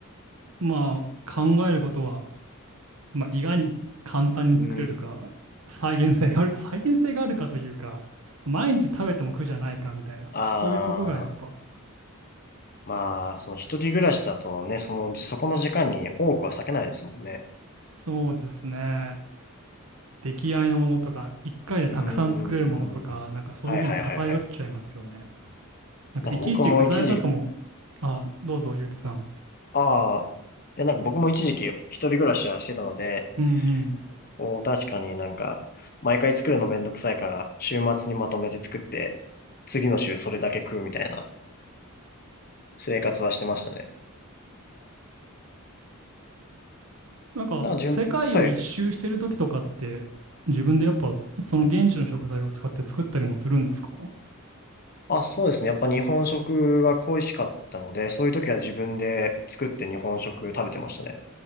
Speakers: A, on the right; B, on the left.
A: まあ、考えることは、まあ、意外に簡単に作れるか、
B: い。うん。
A: 再現性がある、再現性があるかというか、毎日食べても苦じゃないかみたいな、
B: ああ、
A: そういうとこがやっぱ、
B: まあ、その一人暮らしだとね、その、そこの時間に多くは避けないですもんね。
A: そうですね。出来合いのものとか、一回でたくさん作れるものとか、
B: うーん。
A: なんかそういうふうに偏っちゃいますよね。
B: はいはいはいはい。
A: なんかいちいち具材とかも、
B: なんか僕も一時、
A: あ、どうぞ、ゆうとさん。
B: ああ、いやなんか僕も一時期一人暮らしはしてたので、
A: うんうん。
B: こう確かになんか、毎回作るのめんどくさいから、週末にまとめて作って、次の週それだけ食うみたいな生活はしてましたね。
A: なんか、
B: なんか順、
A: 世界を一周してる時とかって、
B: はい。
A: 自分でやっぱ、その現地の食材を使って作ったりもするんですか
B: あ、そうですね。やっぱ日本食が恋しかったので、そういう時は自分で作って日本食食べてましたね。